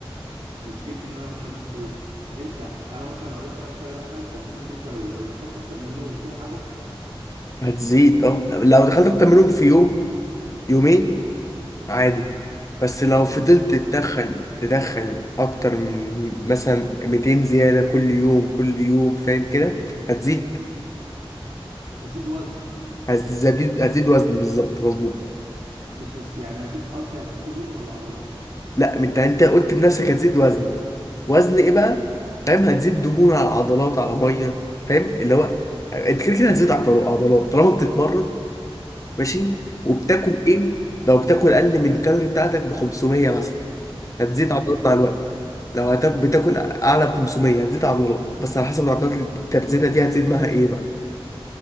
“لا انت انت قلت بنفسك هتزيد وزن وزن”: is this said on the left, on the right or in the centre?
Left